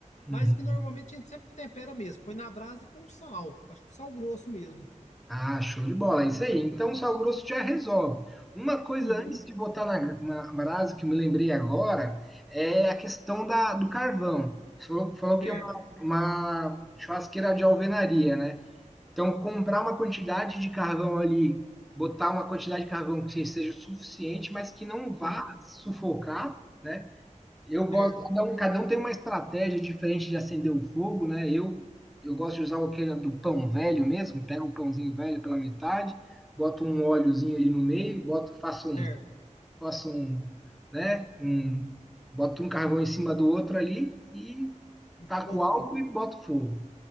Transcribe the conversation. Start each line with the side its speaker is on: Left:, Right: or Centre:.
Centre: Uhum.
Left: mas que normalmente a gente sempre tempera mesmo, põe na brasa e põe o sal. Acho que o sal grosso mesmo.
Centre: Ah, show de bola, é isso aí. Então, o sal grosso já resolve. Uma coisa
Left: Uhum,
Centre: antes de botar na, na brasa que eu me lembrei agora é a questão da, do carvão. Você falou, falou que
Left: certo,
Centre: é uma, uma churrasqueira de alvenaria, né? Então, comprar uma quantidade de carvão ali, botar uma quantidade de carvão que seja suficiente, mas que não vá
Left: uhum,
Centre: sufocar, né? Eu gosto,
Left: certo,
Centre: cada um, cada um tem uma estratégia diferente de acender o fogo, né? Eu, eu gosto de usar aquele do pão velho mesmo, pego um pãozinho velho pela metade, boto um óleozinho ali no meio, boto, faço
Left: certo.
Centre: um, faço um, né? Um, boto um carvão em cima do outro ali e
Left: E
Centre: taco
Left: com fogo.
Centre: álcool e boto fogo,